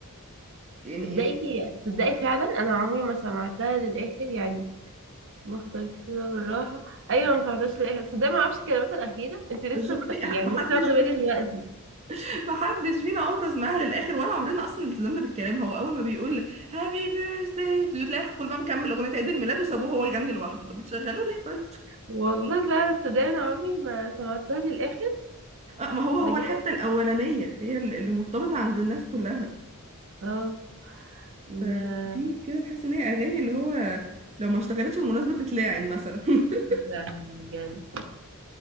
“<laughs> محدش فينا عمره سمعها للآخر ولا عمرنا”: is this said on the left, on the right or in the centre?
Right